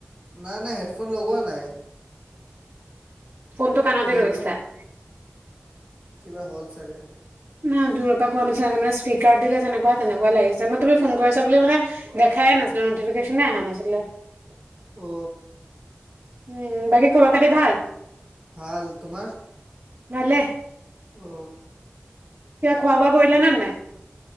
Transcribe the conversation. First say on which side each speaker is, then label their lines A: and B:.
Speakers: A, on the right (about 25°); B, on the right (about 85°).
A: নাই নাই হেডফোন লগোৱা নাই
B: ফোনটো কাণতে
A: কি হ'ল
B: ৰৈছা
A: বা
B: <unintelligible>
A: কিবা হ'ল চাগে
B: না দূৰৰ পৰা কোৱা নাছিল মানে স্পীকাৰ দিলে যেনেকুৱা তেনেকুৱা লাগিছে মই তুমি ফোন কৰিছা বুলি মানে দেখাই নাছিলে নটিফিকেশনে অহা নাছিলে <unintelligible>
A: অ
B: উম বাকী খবৰ খাতি ভাল
A: ভাল তোমাৰ
B: ভালে
A: অ
B: ক খোৱা বোৱা কৰিলা নে নাই